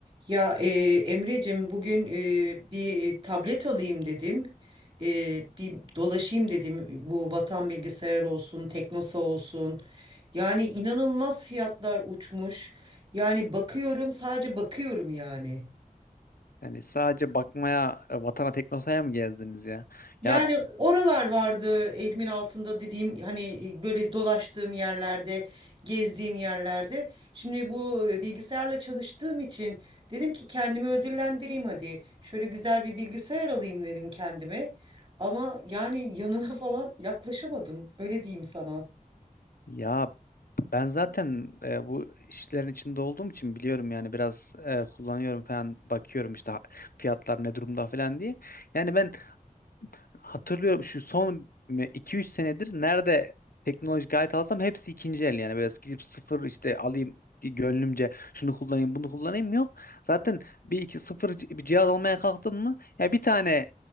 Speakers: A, on the right; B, on the left.
A: Ya e, Emre'cim bugün e, bir tablet alayım dedim. E, bir dolaşayım dedim. Bu Vatan Bilgisayar olsun, Teknosa olsun. Yani inanılmaz fiyatlar uçmuş. Yani bakıyorum sadece bakıyorum yani.
B: Yani sadece bakmaya e, Vatana Teknosa'ya mı gezdiniz ya?
A: Yani
B: Ya
A: oralar vardı elimin altında dediğim hani böyle dolaştığım yerlerde, gezdiğim yerlerde. Şimdi bu e, bilgisayarla çalıştığım için dedim ki kendimi ödüllendireyim hadi. Şöyle güzel bir bilgisayar alayım dedim kendime. Ama yani yanına <laughs> falan yaklaşamadım. Öyle diyeyim sana.
B: ya ben zaten e, bu işlerin içinde olduğum için biliyorum yani biraz e, kullanıyorum falan bakıyorum işte ha- fiyatlar ne durumda falan diye. Yani ben hatırlıyorum şu son iki üç senedir nerede teknolojik alet alsam hepsi ikinci el yani böyle gidip sıfır işte alayım gönlümce şunu kullanayım bunu kullanayım yok. Zaten bir iki sıfır c- bir cihaz almaya kalktın mı ya bir tane